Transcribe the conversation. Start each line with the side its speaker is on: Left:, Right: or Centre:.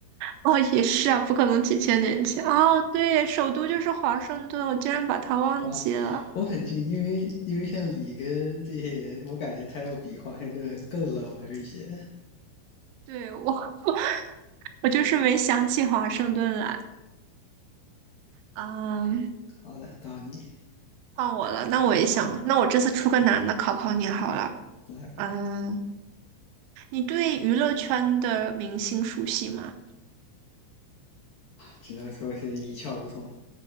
Right: 哦，也是啊，不可能几千年前。哦，对，首都就是华盛顿，我竟然把它忘记了。
Left: 哇，我很近，因为因为像里根这些人，我感觉他要比华盛顿更冷门一些。
Right: 对，我，我就是没想起华盛顿来。嗯，
Left: 好的，到你
Right: 换我了，那我也想，那我这次出个难的考考你好了。
Left: 来吧。
Right: 嗯，你对娱乐圈的明星熟悉吗？
Left: 只能说是一窍不通